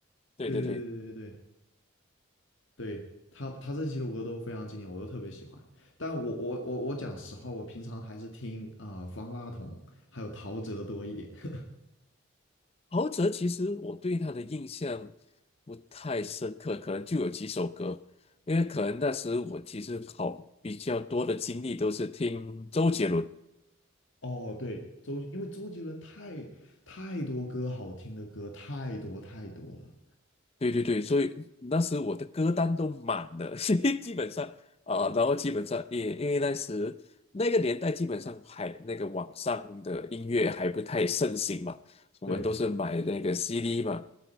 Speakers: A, on the left; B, on the left.
A: 对对对，
B: 对对对对对，对对，他他这几首歌都非常经典，我都特别喜欢。但我我我我讲实话，我平常还是听啊、呃方大同还有陶喆多一点。<laughs>
A: 陶喆其实我对他的印象不太深刻，可能就有几首歌，因为可能那时我其实好比较多的精力都是听周杰伦。
B: 哦，对，周，因为周杰伦太太多歌好听的歌太多太多了。
A: 对对对，所以那时我的歌单都满了，<laughs> 所以基本上啊、然后基本上也因为那时那个年代基本上还那个网上的音乐还不太盛行嘛，我们都是买那个
B: 对，
A: CD 嘛，